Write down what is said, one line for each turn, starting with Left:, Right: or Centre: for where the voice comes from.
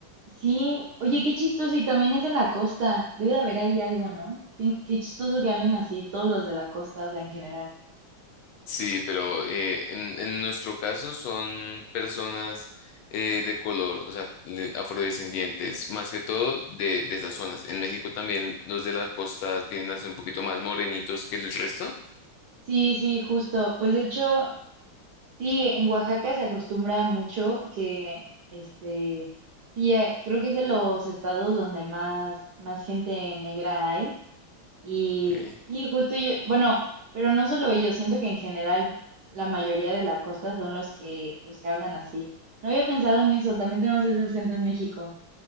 Right: Sí, oye, qué chistoso, y también es en la costa. Debe de haber ahí algo, ¿no? Qué, qué chistoso que hablen así todos los de la costa, o sea, en general.
Left: Sí, pero eh, en, en nuestro caso son personas eh, de color, o sea, le- afrodescendientes, más que todo de, de esas zonas. En México también los de la costa tienden a ser un poquito más morenitos que el resto.
Right: Sí, sí, justo. Pues de hecho, sí, en Oaxaca se acostumbra mucho que, este, sí, eh, creo que es de los estados donde más, más gente negra hay. Y
Left: Ok.
Right: sí, justo yo, bueno, pero no solo ellos, siento que en general la mayoría de la costa son los que, los que hablan así. No había pensado en eso, también tenemos ese acento en México.